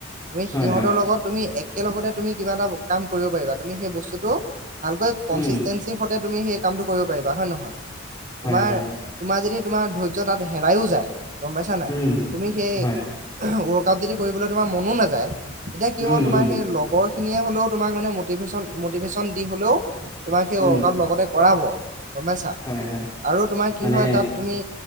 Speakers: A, on the right (about 45°); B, on the left (about 20°).
A: তুমি
B: হয়
A: সিহঁতৰ
B: হয়
A: লগত তুমি এক একেলগতে তুমি কিবা এটা কাম কৰিব পাৰিবা তুমি সেই বস্তুটো ভালকৈ কনসিস্টেন্সি
B: উম
A: তুমি সেই কামটো কৰিব পাৰিবা হয় নহয়? তোমাৰ,
B: হয় হয়
A: তোমাৰ যদি ধৰ্য তাত হেৰাইও যায় গম পাইছা নাই
B: উম,
A: তুমি সেই
B: হয়।
A: ৱৰ্কটো তাত যদি কৰিবলৈ তোমাৰ মনো নাযায় তেতিয়া কি
B: উম,
A: হ'ব তোমাৰ
B: উম,
A: সেই লগৰ খিনিয়ে হলেও তোমাক মানে মটিভেশচন মটিভেশচন দি হলেও তোমাক সেই
B: উম,
A: ৱৰ্কআউট লগতে কৰাব। গম পাইছা
B: হয়, হয়।
A: আৰু তোমাৰ কি
B: মানে
A: হয় তাত তুমি,